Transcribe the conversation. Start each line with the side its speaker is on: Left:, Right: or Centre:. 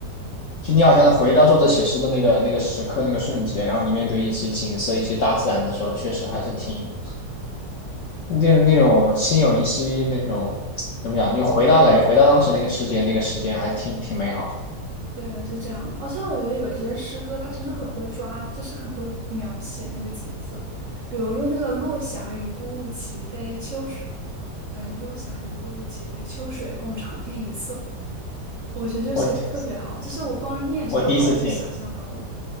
Left: 就你好像能回到作者写诗的那个那个时刻那个瞬间，然后你面对一些景色、一些大自然的时候，确实还是挺那那种心有灵犀那种怎么讲？你回到感觉回到当时那个世界，那个时间还挺挺美好的。
Right: 对，是这样的。而且我觉得有一些诗歌，它真的很会抓，就是很会描写那个景色。比如说那个“落霞与孤鹜齐飞，秋水”，哎，“落霞与孤鹜齐飞，秋水共长天一色”，我觉得就写的特别好。
Left: 我
Right: 就是我光是念这段话，
Left: 我第一次听。
Right: 我就想象到了。